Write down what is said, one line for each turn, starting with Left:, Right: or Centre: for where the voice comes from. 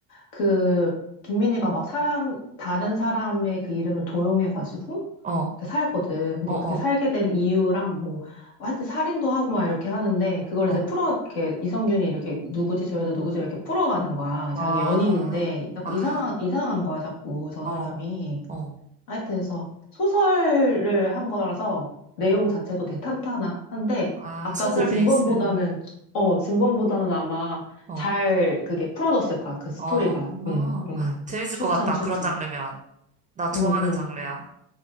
Left: 그, 김민희가 막 사람, 다른 사람의 그 이름을 도용해가지고,
Right: 어,
Left: 그 살거든. 근데
Right: 어,
Left: 그게 살게 된 이유랑 뭐, 뭐 하여튼 살인도 하고 막 이렇게 하는데, 그걸
Right: 어.
Left: 이제 풀어, 이렇게, 이성균이 이렇게, 누구지, 저 여자 누구지, 이렇게 풀어가는 거야.
Right: 아,
Left: 자기 연인인데, 자꾸
Right: 아,
Left: 이상한, 이상한 거야, 자꾸, 저
Right: 어,
Left: 사람이.
Right: 어.
Left: 하여튼, 해서 소설을 한 거라서, 내용
Right: 음,
Left: 자체도 대탄탄한데,
Right: 아,
Left: 아까
Right: 소설
Left: 그 진범보다는,
Right: 베이스. 음,
Left: 어, 진범보다는 아마
Right: 어,
Left: 잘 그게 풀어졌을 거야, 그 스토리가.
Right: 어.
Left: 응, 응.
Right: 재밌을
Left: 추천,
Right: 것 같다.
Left: 추천.
Right: 그런 장르면. 나 좋아하는
Left: 응, 응.
Right: 장르야.